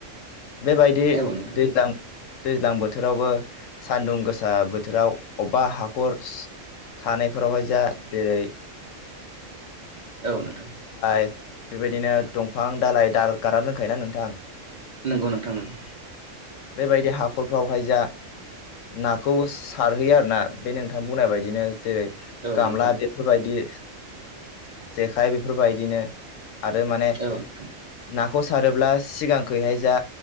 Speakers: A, on the left; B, on the right.
A: बेबायदि
B: औ नोंथां
A: दैज्लां दैज्लां बोथोरावबो सानदुं गोसा बोथोराव अबबा हाखर थानायफोरावहाय जा जेरै
B: औ नोंथां
A: एप बेबायदिनो दंफां दालाय दाल गारादोनखायो ना नोंथां
B: नोंगौ नोंथां नोंगौ
A: बेबायदि हाखरफ्रावहाय जा नाखौ सारहैयो आरना बे नोंथां बुंनाय बायदिनो जेरै
B: औ
A: गामला
B: नोंथां
A: बेफोरबायदि जेखाइ बेफोरबायदिनो आरो माने
B: औ नोंथां
A: ना ख सारोब्ला सिगांखैहाय जा